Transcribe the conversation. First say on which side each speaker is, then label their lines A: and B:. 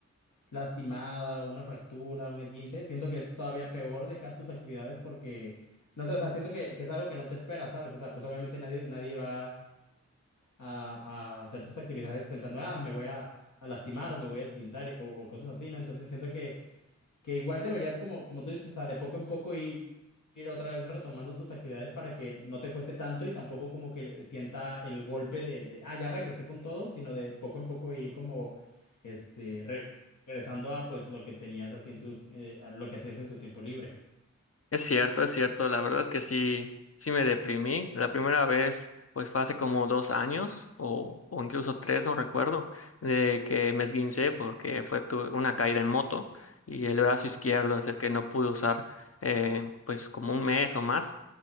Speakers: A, on the left; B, on the left.
A: lastimada o una fractura, un esguince, siento que es todavía peor dejar tus actividades porque, no sé, o sea, siento que, que es algo que no te espera, ¿sabes? O sea, pues obviamente nadie, nadie va a, a hacer sus actividades pensando, ah, me voy a, a lastimar o me voy a esguinzar o, o cosas así, ¿no? Entonces siento que que igual deberías, como, como tú dices, o sea, de poco en poco ir, ir otra vez retomando tus actividades para que no te cueste tanto y tampoco como que sienta el golpe de, de, ah, ya regresé con todo, sino de poco en poco ir como, este, re- regresando a pues lo que tenías así en tus, eh, a lo que hacías en tu tiempo libre.
B: Es cierto, es cierto. La verdad es que sí, sí me deprimí. La primera vez, pues fue hace como dos años o, o incluso tres, no recuerdo, de que me esguincé porque fue tu- una caída en moto y el brazo izquierdo es el que no pude usar, eh, pues como un mes o más.